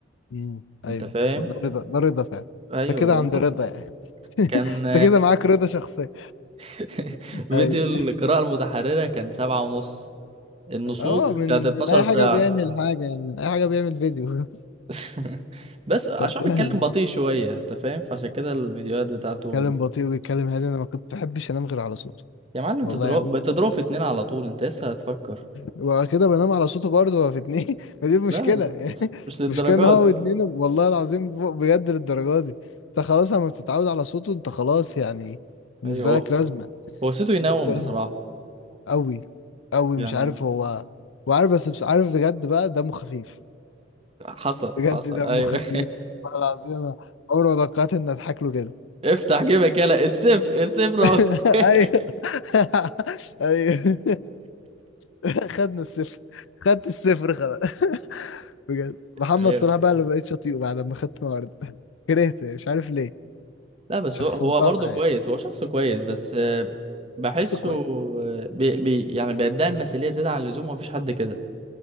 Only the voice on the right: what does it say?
انت فاهم
ايوه
والله
كان
<laughs> فيديو
القراءة المتحررة كان سبعة ونص النصوص
كانت 12
ساعة
<laughs> بس عشان
بيتكلم بطيء شوية انت فاهم فعشان كده الفيديوهات بتاعته
يا معلم انت
تضرب
بتضرب في اتنين على طول انت لسه هتفكر
لا
مش للدرجات
دي
ايوه هو
هو صوته ينوم
بصراحة
يعني
حصل
حصل
ايوه
<laughs> افتح جيبك يلا السيف السيف رو
<laughs>
ايوه
لا بس
هو هو برضه
كويس
هو شخص كويس بس آه، بحسه
آه، بي بي يعني بيدعي المثالية زيادة عن اللزوم ومفيش حد كده